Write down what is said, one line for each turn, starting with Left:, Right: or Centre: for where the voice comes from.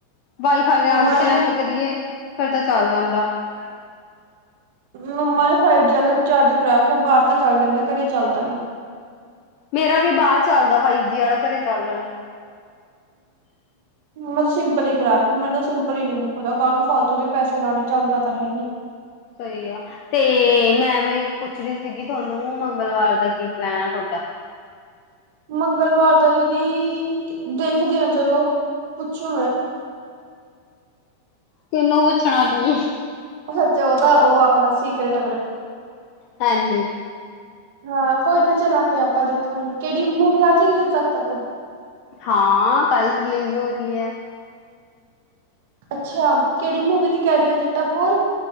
Left: ਵਾਈਫਾਈ ਦੇ
Right: ਮੰਮਾ
Left: ਨਾਲ ਕਨੈਕਟ
Right: ਨੇ
Left: ਕਰੀਏ ਫਿਰ ਤਾ, ਚੱਲ ਜਾਂਦਾ।
Right: <inaudible> ''ਮੰਮਾ ਨੇ, ਫਾਈਵ ਜੀ ਵਾਲਾ ਰਿਚਾਰਜ ਕਰਾਇਆ, ਬਾਹਰ ਤਾਂ ਚੱਲ ਜਾਂਦਾ ਘਰੇ ਚੱਲਦਾ ਨਹੀਂ।
Left: ਮੇਰਾ ਵੀ ਬਾਹਰ ਚੱਲਦਾ ਫਾਈਵ ਜੀ ਵਾਲਾ, ਘਰੇ ਚੱਲਦਾ ਨੀ।
Right: ਮੈਂ ਤਾਂ, ਸਿੰਪਲ ਹੀ ਕਰਾਨੀ ਆ ਮੇਰੇ ਤਾਂ ਸਿੰਪਲ ਹੀ ਨੀ ਮੁੱਕਦਾ, ਕਾਹਨੂੰ ਫਾਲਤੂ ਦੇ ਪੈੇਸੇ ਲਾਉਣੇ, ਚੱਲਦਾ ਤਾਂ ਹੈ ਨੀ।
Left: ਸਹੀ ਆ। ਤੇ ''ਮੈਂ ਵੀ ਪੁੱਛਰੀ ਸੀਗੀ ਤੁਹਾਨੂੰ ਮੰਗਲਵਾਰ ਦਾ ਕੀ ਪਲੈਨ ਆ ਤੁਹਾ? ਡਾ
Right: ਮੰਗਲਵਾਰ ਦਾ ਦੀਦੀ ਦੇਖਦੇ ਹਾਂ, ਚਲੋ। ਪੁੱਛੂ 'ਮੈਂ'
Left: ਕੀਹਨੂੰ, ਪੁੱਛਣਾ ਤੂੰ?
Right: ਉਹ, ਸੱਚ ਉਹਦਾ, ਉਹ ਆਪਣਾ ਸੀਕਰੇਟ
Left: ਹਾਂਜੀ।
Right: ਹਾਂ। ਕੋਈ ਨਾ, ਚੱਲਾਂਗੇ ਆਪਾਂ ਦੇਖਾਂਗੇ ਕਿਹੜੀ ਮੂਵੀ ਆਜੇਗੀ ਤਦ ਤੱਕ?
Left: ਹਾਂ, ਕੱਲ ਰਿਲੀਜ਼ ਹੋ ਰਹੀ ਹੈ।
Right: ਅੱਛਾ, ਕਿਹੜੀ ਮੂਵੀ ਦੀ ਕਹਿ ਰਹੀ ਆਂ, ਜੱਟਾ ਫੋਰ?